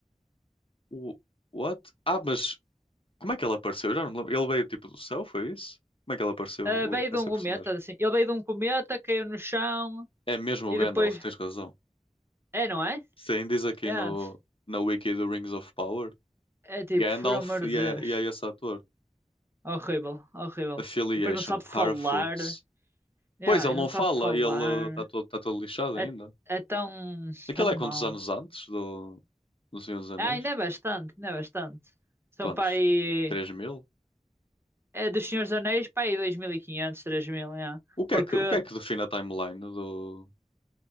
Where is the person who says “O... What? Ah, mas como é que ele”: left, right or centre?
Left